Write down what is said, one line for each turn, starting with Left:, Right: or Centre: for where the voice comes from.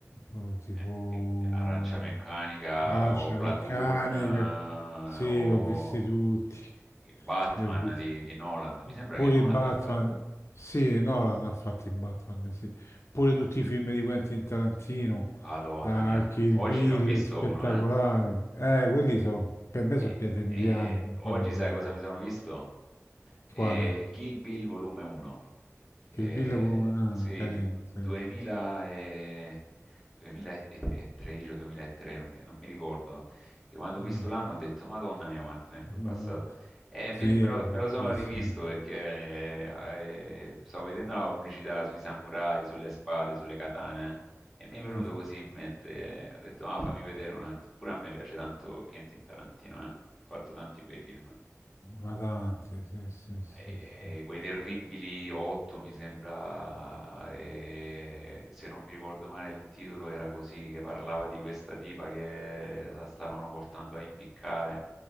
Left: eh, tipo
Centre: eh, Arancia Meccanica
Left: Mia, Arancia
Centre: o Platoon
Left: Meccanica.
Centre: eh,
Left: Sì,
Centre: o
Left: ho visti tutti.
Centre: i Batman
Left: Li ho visti.
Centre: di, di Nolan. Mi sembra
Left: Pure
Centre: che Nolan
Left: i Batman.
Centre: ha fatto...
Left: Sì, Nolan ha fatto i Batman, sì. Pure tutti i film di Quentin Tarantino,
Centre: Madonna
Left: da
Centre: mia,
Left: Kill
Centre: oggi
Left: Bill,
Centre: ne ho visto
Left: spettacolari.
Centre: uno, eh.
Left: Eh, quelli sono, per me
Centre: E,
Left: sono pietre miliari,
Centre: e oggi
Left: poi non vedo
Centre: sai cosa mi sono visto? Eh,
Left: quale.
Centre: Kill Bill volume 1.
Left: Kill
Centre: Eh,
Left: Bill è pure un- ah,
Centre: sì,
Left: carino,
Centre: 2000
Left: sì, sì, sì.
Centre: e- 2013 o 2003, non mi, non mi ricordo, che quando ho
Left: Mm,
Centre: visto l'anno ho detto, Madonna mia, quanto tempo è passato.
Left: Madonna.
Centre: E
Left: Sì,
Centre: me, me
Left: è
Centre: lo,
Left: vecchissimo.
Centre: me lo sono rivisto perché eh, eh, stavo vedendo una pubblicità sui samurai, sulle spade, sulle katane e mi è venuto
Left: Mhm.
Centre: così in mente, eh, ho detto, ah, fammi vedere un attimo, pure a me piace tanto Quentin Tarantino, eh. Ha fatto tanti bei film.
Left: Ma tanti, sì, sì, sì,
Centre: E,
Left: sì.
Centre: e quei terribili otto, mi sembra, e se non mi ricordo male il titolo era così, che parlava di questa tipa che la stavano portando a impiccare